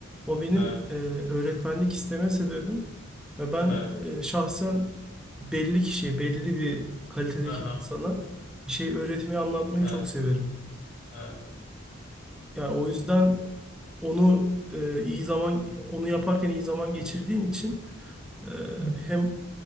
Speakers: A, in the centre; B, on the left.
A: O benim
B: evet,
A: e, öğretmenlik isteme sebebim. Ve ben
B: evet.
A: e, şahsen belli kişiye, belli bir kalitedeki
B: Aha,
A: insana bir şey öğretmeyi, anlatmayı
B: evet,
A: çok severim.
B: evet.
A: Yani o yüzden onu e, iyi zaman, onu yaparken iyi zaman geçirdiğim için ee,
B: evet.
A: hem